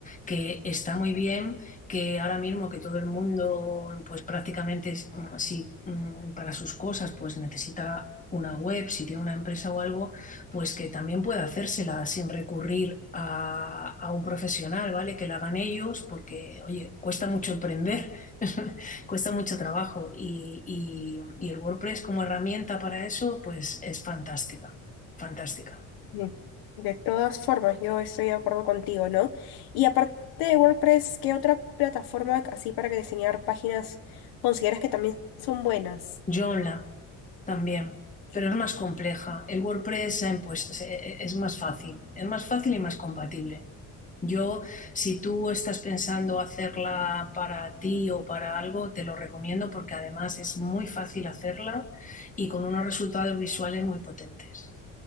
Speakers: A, on the left; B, on the left.
A: que está muy bien que ahora mismo que todo el mundo, pues prácticamente es así mm, para sus cosas, pues necesita una web, si tiene una empresa o algo, pues que también pueda hacérsela sin recurrir a, a un profesional, ¿vale? Que la hagan ellos, porque, oye, cuesta mucho emprender, <laughs> cuesta mucho trabajo y, y- y el WordPress como herramienta para eso, pues es fantástica, fantástica.
B: Mm. De todas formas, yo estoy de acuerdo contigo, ¿no? Y aparte de WordPress, ¿qué otra plataforma así para que diseñar páginas consideras que también son buenas?
A: Joomla también, pero
B: Yo,
A: es más compleja. El WordPress se ha impuesto- se- es más fácil, es más fácil y más compatible. Yo, si tú estás pensando hacerla para ti o para algo, te lo recomiendo porque además es muy fácil hacerla y con unos resultados visuales muy potentes.